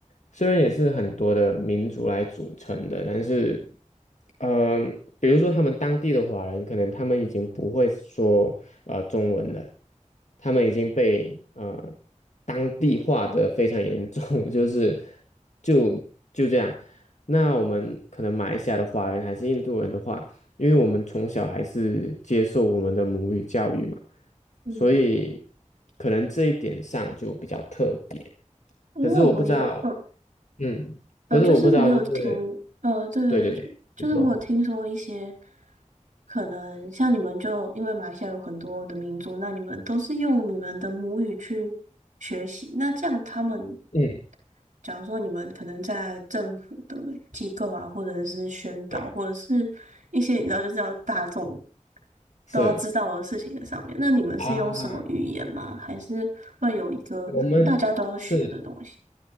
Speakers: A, on the left (about 65°); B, on the right (about 70°).
A: 虽然也是很多的民族来组成的，但是，呃，比如说他们当地的华人，可能他们已经不会说呃中文了，他们已经被呃当地化的非常严重，<laughs> 就是就就这样。那我们可能马来西亚的华人还是印度人的话。因为我们从小还是接受我们的母语教育嘛，
B: 嗯，
A: 所以可能这一点上就比较特别。
B: 因为我有，
A: 可是我不知道，
B: 嗯，
A: 嗯，
B: 呃，
A: 可是我不知道，
B: 就是我有听，
A: 就是
B: 呃，对，
A: 对对对，
B: 就是我有听说一些，
A: 你说，
B: 可能像你们就因为马来西亚有很多的民族，那你们都是用你们的母语去学习，那这样他们
A: 嗯，
B: 假如说你们可能在政府的机构啊，或者是宣导，
A: 对，
B: 或者是一些你知道就是要大众
A: 是
B: 都要知道的事情的上面，那你们是用什么语言吗？
A: 啊，
B: 还是会有一个大家都要学的东西？
A: 我们是